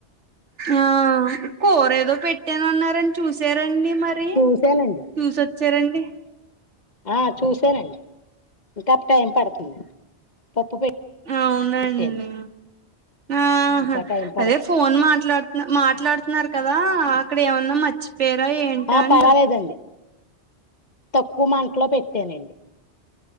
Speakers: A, on the right (about 85°); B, on the left (about 40°).
A: ఆ కూర ఏదో పెట్టాన అన్నారని చూసారండి మరి
B: చూశానండి
A: చూసొచ్చారండి
B: ఆ చూసానండి ఇంకా టైం పడుతుందండి పప్పు
A: అవునండి
B: పెట్టానండి
A: ఆహ
B: ఇంకా టైం పడుతు
A: అదే ఫోన్ మాట్లాడుతు మాట్లాడుతున్నారు కదా అక్కడ ఏమన్నా మర్చిపోయారా ఏంట
B: ఆ
A: అని
B: పర్వాలేదండి తక్కువ మంట్లో పెట్టానండి